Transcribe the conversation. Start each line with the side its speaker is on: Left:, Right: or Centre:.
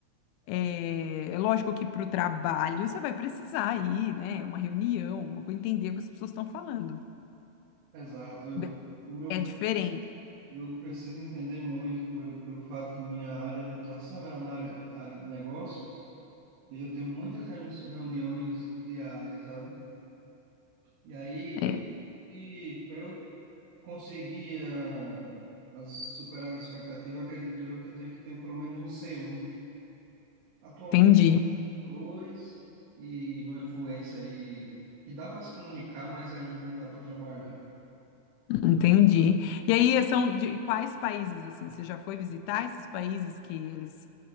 Left: É, é lógico que para o trabalho você vai precisar ir, né? Uma reunião, alguma coisa, entender o que as pessoas estão falando.
Right: Exato. Eu-
Left: Be-
Right: no meu
Left: É
Right: caso,
Left: diferente.
Right: eu preciso entender muito pelo, pelo fato que minha área de atuação é na área, área de negócios e eu tenho muitas renu- reuniões diárias, sabe? E aí,
Left: É,
Right: para eu conseguir ah, as- superar as expectativas, acredito eu que eu tenho que ter pelo menos um c um Atualmente,
Left: entendi,
Right: dois e numa fluência aí que dá para se comunicar, mas ainda não dá para trabalhar.
Left: entendi. E aí, são de quais países, assim? Você já foi visitar esses países que eles.